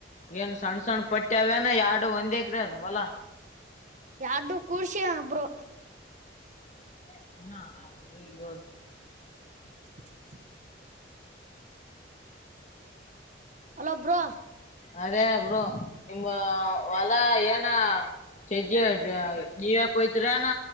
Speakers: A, on the left; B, on the right.
A: ಏನ್ ಸಣ್ಣ ಸಣ್ಣ ಪಟ್ಟ್ಯವೇನ ಎರಡು ಒಂದ್ ಎಕ್ರ ಅದವಲಾ
B: ಯಾರ್ದು ಕರ್ಷಿಯ ಒಬ್ರು
A: ಈ
B: <inaudible> ಅಲ್ಲಬ್ಬ್ರಾ
A: ಅದೇ ಬ್ರ ನಿಮಮ್ಮ ಹೊಲಾ ಏನ ಚಜಜೆ ನ್ಯೂಯಾರ್ಕ್ ಹೋಯತರ ನ